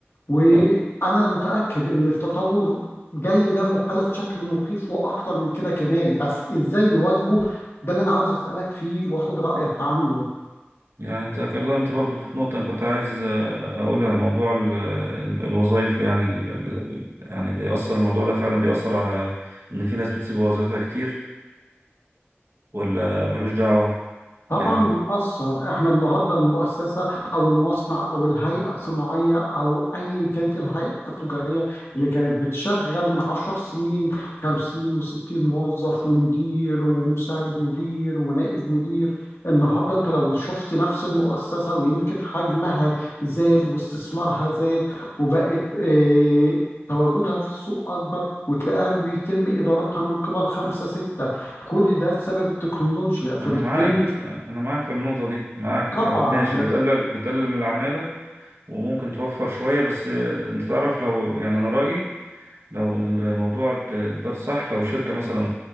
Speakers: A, on the left; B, on the right.
A: وانا
B: آه،
A: متاكد ان التطور جاي لا محاله بشكل مخيف واخطر من كده كمان بس ازاي نواجهه ده اللي انا عاوز اسالك فيه واخد رايك عنه
B: يعني انت اتكلمت برضو في نقطة أنا كنت عايز آه، اقولها موضوع ال- ال- الوظايف يعني ال... ال- يعني بيأثر الموضوع ده فعلا بيأثر على ان في ناس بتسيب وظائفها كتير ولا ملوش دعوة
A: طبعا
B: يعني
A: بيأثر احنا النهارده المؤسسه او المصنع او الهيئه الصناعيه او ايا كانت الهيئه التجاريه اللي كانت بتشغل من عشر سنين 50 و60 موظف ومدير ومساعد مدير ونائب مدير النهارده انت لو شفت نفس المؤسسه ويمكن حجمها زاد واستثمارها زاد وبقت اه تواجدها في السوق اكبر وتلاقيها بيتم ادارتها من قبل خمسه سته كل ده بسبب التكنولوجيا فبالتالي
B: انا معاك انا معاك في النقطه دي معاك
A: طبعا
B: ماشي بتقلل بتقلل من العماله وممكن توفر شويه بس انت تعرف لو يعني انا رايي لو الموضوع اتدار صح لو شركه مثلا